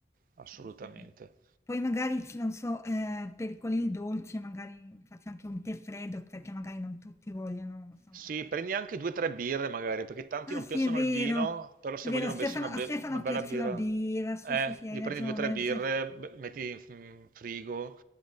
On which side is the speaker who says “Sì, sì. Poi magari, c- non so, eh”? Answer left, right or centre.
Left